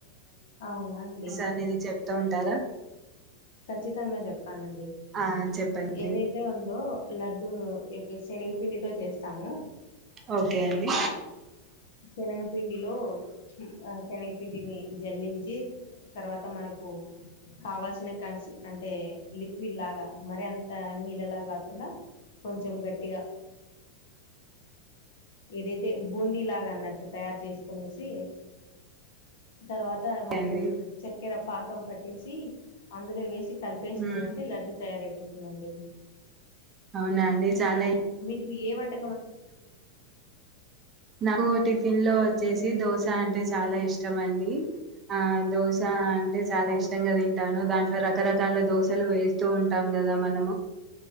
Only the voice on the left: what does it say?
అవునా అండి
ఖచ్చితంగా చెప్పానండి
ఏదైతే ఉందో లడ్డూ యొక్క శనగపిండితో చేస్తాము
శనగపిండిలో ఆ శనగపిండిని జల్లించి తర్వాత మనకు కావాల్సిన చిన్న కాక్ష అంటే లిక్విడ్ లాగా మరి అంత నీళ్ళలా కాకుండా కొంచెం గట్టిగా ఏదైతే బూందీ లాగా అన్నట్టు తయారు చేసుకునేసి తర్వాత
మనకు
చక్కెర పాతం పట్టేసి అందులో వేసి కలిపేసామ
అే లడ్డు తయారయిపోతుంది ందండి
నువవు ఏ వంట
ఆ,